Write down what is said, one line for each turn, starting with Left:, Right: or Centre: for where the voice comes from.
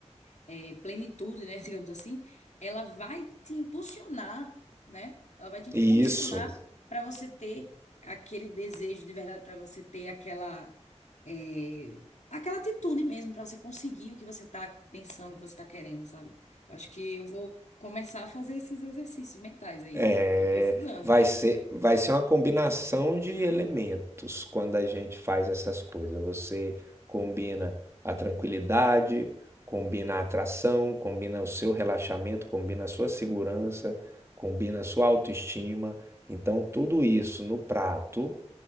Left: é, plenitude, né, <laughs> digamos assim, ela vai te impulsionar, né? Ela vai te impulsionar
Right: E isso
Left: para você ter aquele desejo de verdade, para você ter aquela é, aquela atitude mesmo, para você conseguir o que você está pensando, o que você está querendo, sabe? Eu acho que eu vou começar a fazer esses exercícios mentais aí,
Right: é,
Left: velho, que eu tô precisando.
Right: vai ser, vai ser uma combinação de elementos quando a gente faz essas coisas. Você combina a tranquilidade, combina a atração, combina o seu relaxamento, combina a sua segurança, combina a sua autoestima. Então, tudo isso no prato